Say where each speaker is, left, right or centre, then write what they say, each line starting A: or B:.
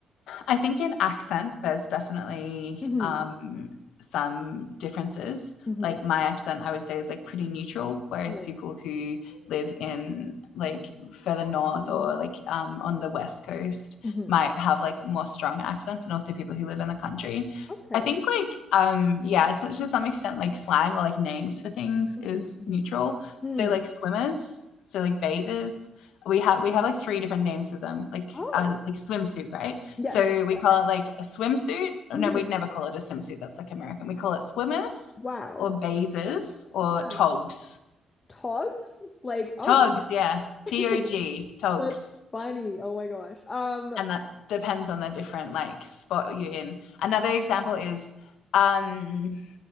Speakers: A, on the left; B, on the left.
A: I think in accent, there's definitely
B: hmm
A: um, some differences.
B: hmm
A: Like my accent, I would say is like pretty neutral, whereas
B: Right.
A: people who live in like further north or like um, on the west coast
B: hmm
A: might have like more strong accents, and also people who live in the country.
B: Okay.
A: I think like um yeah, so to some extent like slang or like names for things is
B: Mhm, mhm.
A: neutral.
B: Hmm.
A: So like swimmers, so like bathers, we have we have like three different names for them, like
B: Oh,
A: uh, like swimsuit, right?
B: yes.
A: So we
B: that-
A: call it like a swimsuit. Oh,
B: mhm.
A: No, we'd never call it a swimsuit. That's like American. We call it swimmers
B: Wow.
A: or bathers or
B: Wow.
A: togs.
B: Togs? Like, oh,
A: Togs, yeah. T
B: wow. <laughs>
A: O G, togs.
B: That's funny. Oh my gosh. Um,
A: And that depends on the different like spot you're in. Another example is um